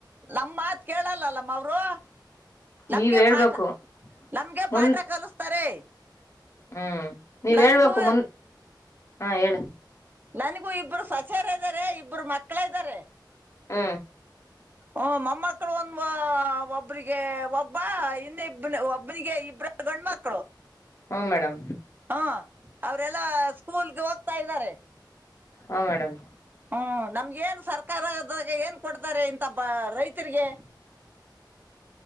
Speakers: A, on the right; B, on the left.
A: ನಮ ಮಾತ್ ಕೇಳಲ್ಲಲ್ಲಮ್ಮ ಅವರು ನಮ್ಗೆ
B: ನೀವ್ ಹೇಳ್ಬೇಕು
A: ಪಾಠ ನಮ್ಗೆ
B: ಮುಂದ್
A: ಪಾಠ ಕಲಿಸ್ತಾರೆ
B: ಹ್ಮ್ ನೀವ್
A: ನನ್ಗೂ
B: ಹೇಳ್ಬೇಕು ಮುಂದ್ ಹಾ ಹೇಳಿ
A: ನನಗೂ ಇಬ್ರು ಸೊಸಾರ ಇದಾರೆ ಇಬ್ಬರು ಮತ್ತ ಮಕ್ಕಳ ಇದ್ದಾರೆ
B: ಹ್ಮ
A: ಹ ಮಮ್ಮಕ್ಕಳು ಒಂದ ಒಬ್ಬ್ರಿಗೆ ಒಬ್ಬ ಹಿಂದೆಿಬ್ ಒಬ್ ಇಬ್ಬಿಗೆ ಇಬ್ರ ಗಂಡ್ಮಕ್ಕಳು
B: ಹ್ಮ್ ಮೇಡಮ್
A: ಹಾ ಅವರೆಲ್ಲಾ ಸ್ಕೂಲ್ಗೆ ಹೋಗ್ತಾ ಇದ್ದಾರೆ
B: ಹಾಂ ಮೇಡಮ್
A: ಹ್ಮ್ ನಮ್ಗ ಏನ್ ಸರ್ಕಾರದಾಗ ಏನ್ ಕೊಡ್ತಾರೆ ಇಂತ ಬ ರೈತರಿಗೆ